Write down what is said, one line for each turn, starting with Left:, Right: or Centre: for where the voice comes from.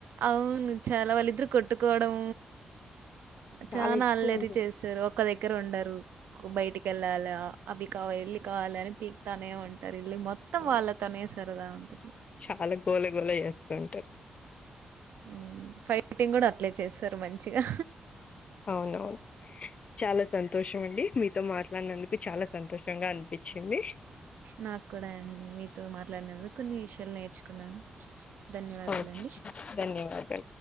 Right: అవును చాలా వాళ్ళిద్దరు కొట్టుకోవడం
Left: చాలా
Right: చానా
Left: ఎక్కువ
Right: అల్లరి
Left: ఉంటుంది
Right: చేసార్ ఒక దగ్గర ఉండరు బయటికి ఎళ్ళాలా అవి కావ ఎల్ళ కావాలి అని పీక్తానే ఉంటరు <unintelligible> మొత్తం
Left: అవును
Right: వాళ్ళ తోనే సరేదా ఉంట
Left: చాలా గోళ గోళ జేస్తా ఉంటరు
Right: ఊమ్ ఫైటింగ్ గుడా అట్లే చేస్తారు మంచిగా
Left: అవునవున్ చాలా సంతోషమండి మీతో మాట్లాన్నందుకు చాలా సంతోషంగా అనిపించింది
Right: నాక్కూడ అండి మీతో మాట్లాడినందు కొన్ని విషయాలు నేర్చుకున్నాను ధన్యవాదాలండి
Left: ఓకే ధన్యవాదాలు